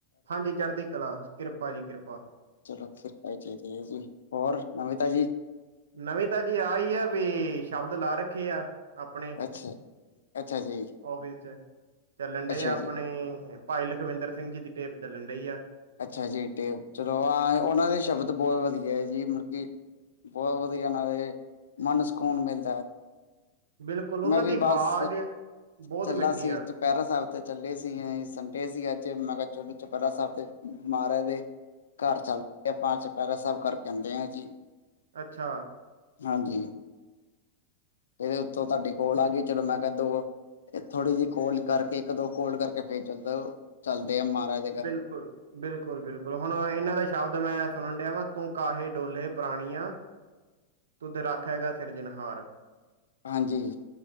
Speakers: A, on the right; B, on the left.
A: ਹਾਂਜੀ ਚੜ੍ਹਦੀ ਕਲਾ ਕਿ੍ਪਾ ਜੀ ਕਿ੍ਪਾ।
B: ਚਲੋ ਕਿ੍ਪਾ ਹੀ ਚਾਈਦੀ ਹੈ ਜੀ। ਹੋਰ ਨਵੀਂ ਤਾਜੀ?
A: ਨਵੀਂ ਤਾਜੀ ਆ ਈ ਆ ਵੀ, ਸ਼ਬਦ ਲਾ ਰੱਖੇ ਆ। ਆਪਣੇ
B: ਅੱਛਾ ਅੱਛਾ ਜੀ
A: ਔਫਿਸ ਚ ਚੱਲਣ ਦੇ
B: ਅੱਛਾ
A: ਆ ਆਪਣੇ
B: ਜੀ
A: ਭਾਈ ਲਖਵਿੰਦਰ ਸਿੰਘ ਜੀ ਦੀ ਟੇਪ ਚੱਲਣ ਦੇਈ ਆ।
B: ਅੱਛਾ ਜੀ ਟੇਪ ਚਲੋ ਆ ਉਹਨਾਂ ਦੇ ਸ਼ਬਦ ਬਹੁਤ ਵਧੀਆ ਹੈ, ਜੀ ਮਤਲਬ ਕੀ ਬਹੁਤ ਵਧੀਆ ਨਾਲੇ ਮਨ ਸਕੂਨ ਮਿਲਦਾ।
A: ਬਿਲਕੁਲ ਉਹਨਾਂ
B: ਮੈਂ ਵੀ
A: ਦੀ ਆਵਾਜ਼
B: ਬਸ,
A: ਬਹੁਤ
B: ਚੱਲਾ
A: ਮਿੱਠੀ
B: ਸੀ
A: ਆ
B: ਚੁਪਹਿਰਾ ਸਾਹਿਬ ਤੇ ਚੱਲੇ ਸੀ ਅਸੀ, ਸੰਡੇ ਸੀ ਅੱਜ ਮੈਂ ਕਿਆ ਚਲੋ ਚੁਪਹਿਰਾ ਸਾਹਿਬ ਤੇ ਮਾਰਾਜ ਦੇ, ਘਰ ਚੱਲ ਦੇ ਆ ਆਪਾਂ ਚੁਪਹਿਰਾ ਸਾਬ ਕਰਕੇ ਆਂਦੇ ਆ ਜੀ।
A: ਅੱਛਾ।
B: ਹਾਂਜੀ। ਇਹਦੇ ਉਤੋਂ ਤੁਹਾਡੀ ਕੋਲ ਆ ਗਈ, ਚਲੋ ਮੈਂ ਕਹਿ ਦੋ ਏ ਥੋੜੀ ਜੇਈ ਕੋੋਲ ਕਰਕੇ, ਇੱਕ, ਦੋ ਕੋੋਲ ਕਰਕੇ ਫਿਰ ਚੱਲਦਾ ਚੱਲਦੇ ਆਂ ਮਾਂਰਾਜ।
A: ਬਿਲਕੁਲ। ਬਿਲਕੁਲ-ਬਿਲਕੁਲ ਹੁਨ ਇਹਨਾਂ ਦਾ ਸ਼ਬਦ ਮੈਂ ਸੁਣਨ ਦਿਆ ਤੂੰ ਕਾਹੇ ਡੋਲੇ ਪ੍ਰਾਨੀਆ
B: <inaudible>
A: ਤੁਦ ਰਾਖੇਗਾ ਸਿਰਜਨਹਾਰ।
B: ਹਾਂਜੀ।